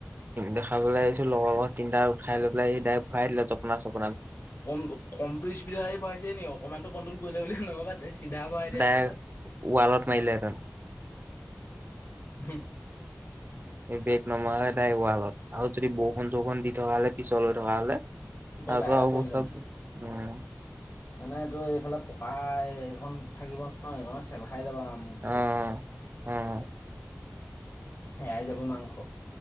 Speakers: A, on the right (about 50°); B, on the left (about 70°).
A: দেখাবলৈ আহিছো লগৰ লগত তিনটা খাই লৈ পেলাই সেই ডাইৰেক্ট ভৰাই দিলে জপনা চপ
B: কম কমটো স্পীডত আহি ভৰাইছেনি অকণমান কনট্ৰল কৰিলে বুল নহ'বা তে চিধা ভৰাই এতিয়া।
A: ওৱালাত মাৰি হেতেন।
B: হুম।
A: এই বেক নমাৰকে তাই ৱালত আৰু যদি বৰষুণ চৰষুণ দি থকা হ'লে পিছলৈ থকা হ'লে
B: বৰ
A: তাৰপৰা
B: বেয়াকে
A: অৱস্থা
B: পৰিলো মানে,
A: উম,
B: মানে তই এইফালে পকা এইখন থাকিব ন সেইখন চেল খাই যাবা মোখ
A: অ',
B: চুখ।
A: অ',
B: এয়াই যাব মাংস